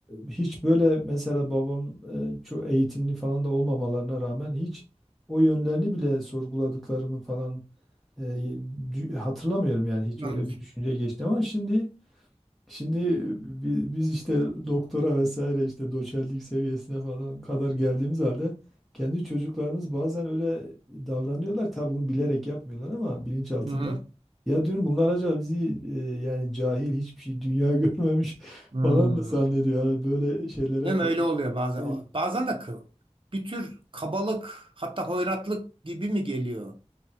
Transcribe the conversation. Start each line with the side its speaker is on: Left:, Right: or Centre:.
Centre: hiç böyle mesela babam e, çok eğitimli falan da olmamalarına rağmen hiç o yönlerini bile sorguladıklarımı falan e, dü- hatırlamıyorum yani hiç
Right: Anlamıyorsun.
Centre: öyle bir düşünce geçti ama şimdi Şimdi e, bi- biz işte doktora vesaire işte doçentlik seviyesine falan kadar geldiğimiz halde kendi çocuklarımız bazen öyle davranıyorlar. Tabii bunu bilerek yapmıyorlar ama bilinç altında.
Right: Hı hı.
Centre: Ya diyorum bunlar acaba bizi e, yani cahil hiçbir şey dünya <laughs> görmemiş
Right: Hı.
Centre: falan mı zannediyor? Yani böyle şeylere
Right: Değil
Centre: kapılmış
Right: mi? Öyle oluyor bazen.
Centre: değilim.
Right: Bazen de kı- bir tür kabalık hatta hoyratlık gibi mi geliyor?